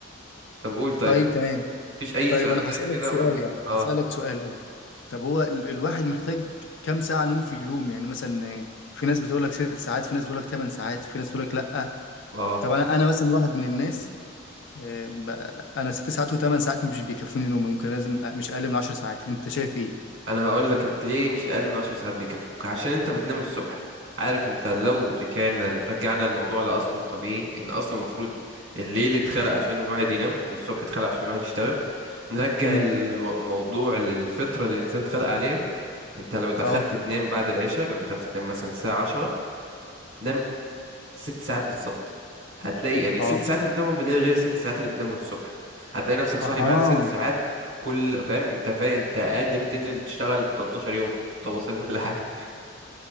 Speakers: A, on the right (about 55°); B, on the left (about 60°).
A: طب قول طيب
B: طيب تمام
A: مفيش اي
B: طيب
A: سؤال
B: انا
A: طيب
B: هسالك
A: كده
B: سؤال
A: ما
B: يعني
A: اه
B: هسالك سؤال اه طب هو ال الواحد محتاج كام ساعه نوم في اليوم يعني مثلا آه، في ناس بتقول لك ست ساعات في ناس بتقول لك ثمان ساعات في ناس بتقول لك لا
A: اه
B: طب انا أنا مثلا واحد من الناس آه، ب- انا ست ساعات وثمان ساعات مش بيكفوني نوم ممكن لازم أ- مش اقل من عشر ساعات انت شايف ايه
A: انا هقول لك انت ليه مش اقل من عشر ساعات بيكفوك عشان انت بتنام الصبح عارف انت لو رجعنا رجعنا الموضوع لاصله الطبيعي ان اصلا المفروض الليل اتخلق عشان الواحد ينام والصبح اتخلق عشان الواحد يشتغل نرجع
B: مم.
A: الو- الموضوع للفطرة اللي الانسان اتخلق عليها انت لو دخلت
B: اه
A: تنام بعد العشاء لو دخلت تنام مثلا الساعة عشرة نام ست ساعات بالظبط هتلاقي يعني
B: اه
A: ست ساعات اللي بتنامهم بالليل غير الست ساعات اللي بتنامهم الصبح هتلاقي نفسك صاحي
B: اها
A: بعد ست ساعات كل فاهم انت فاهم انت قادر تنزل تشتغل 13 يوم متواصل ولا حاجة